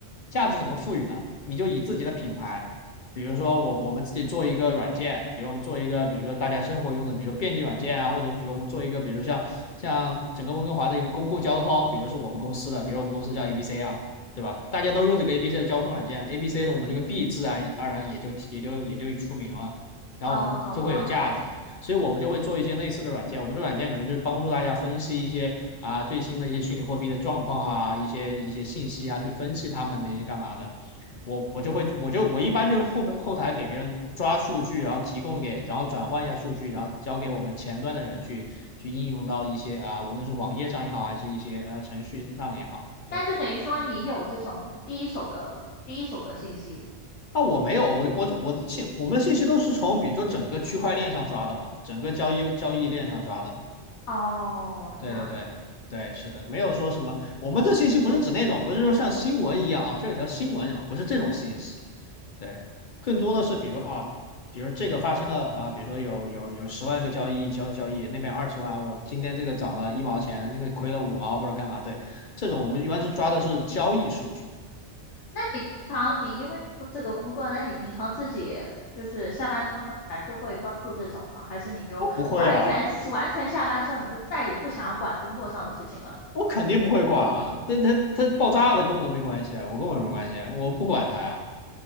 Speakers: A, on the left; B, on the left.
A: 价值怎么赋予呢？
B: 嗯，
A: 你就以自己的品牌，比如说我我们自己做一个软件，比如我们做一个，比如说大家生活用的，比如说便利软件啊，或者比如我们做一个，比如像像整个温哥华的一个公共交通，比如是我们公司的，比如我们公司叫 ABC 啊。对吧？大家都用这个 ABC 的交通软件，ABC 的我们这个 B 自然而然也就也就也就出名了，然后我们就会有价值。
B: 哦，懂了，
A: 所以我们就会做一些类似的软件。我们的软件可能就是帮助大家分析一些啊最新的一些虚拟货币的状况啊，一些一些信息啊，去分析他们那些干嘛的。我我就会我就我一般就是后后台给别人抓数据，然后提供给，然后转换一下数据，然后交给我们前端的人去去应用到一些啊，无论是网页上也好，还是一些呃程序上也好，对，
B: 那就等于说你有这种第一手的第一手的信息，
A: 所以。啊，我没有，我我我的信，我们的信息都是从比如说整个区块链上抓的嘛，整个交易交易链上抓的嘛。
B: 哦，
A: 对对对对，
B: 这样子。
A: 是的，没有说什么。我们这信息不是指那种，不是说像新闻一样啊，这有条新闻什么，不是这种信息。对，更多的是比如啊，比如这个发生了啊，比如说有有有十万个交易交交易，那边二十万，或者今天这个涨了一毛钱，那个亏了五毛或者干嘛？对，这种我们一般是抓的是交易数据。
B: 那你平常你因为做这个工作，那你平常自己就是下班之后还是会关注这种吗？还是你就完全完全下班之后你就再也不想要管工作上的事情了？
A: 我不会啊，我肯定不会管啊，这它它爆炸了跟我都没关系啊，我跟我有什么关系啊？我不管它呀。